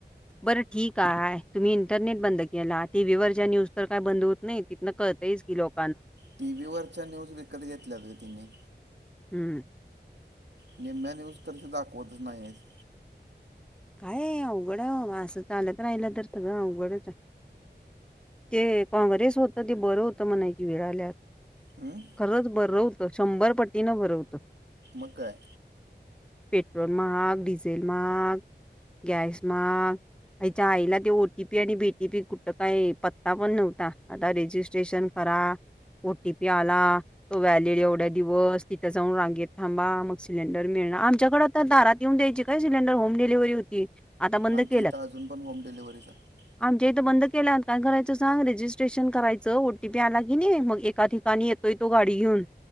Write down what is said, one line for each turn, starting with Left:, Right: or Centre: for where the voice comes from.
Centre: बरं ठीक आहे आहेय तुम्ही इंटरनेट बंद केला टी व्हीवर ज्या न्यूज तर काही बंद होत नाही तिथनं कळताच की लोक
Right: टीव्ही वरच्या न्यूज विकत घेतल्यात ग तिनी
Centre: हम्
Right: नाही मॅ नाही उस तरसे दाखवतच नाही आहेत
Centre: काय अवघड आहे असं चालत राहिलं तर सगं अवघडच आहे ते काँग्रेस होतं ते बरं होतं म्हणायची विळा आल्यात.
Right: हमम
Centre: खरंच बरवतं शंभर पटीनं बरवतं
Right: मकाै
Centre: पेट्रोल मग डिझेल मग गॅस मग हच्या आईला ते ओटीपी आणि बीटीपी कुठं काय प ता पण नव्हता आता रेजिस्ट्रेशन करा ओटी पी आला तो व्यालेल एवढ्या दिवस तिथं जाऊन रांगेत थांबा मग सिलेंडर मिळणार आमच्याकड दारात येऊन दयची काय सिलेंडर होम डिव्ही होती आता बंद
Right: आमच्या
Centre: केलं
Right: इथं अजून पण होम डिलेव्हरीच आहे
Centre: आमच्या इथं बंद केल्या काय करायचं सांग रजिस्ट्रेशन करायच ओटीपी आला की नाही मग एका ठिकाणी येतोय तो गाडी घेऊन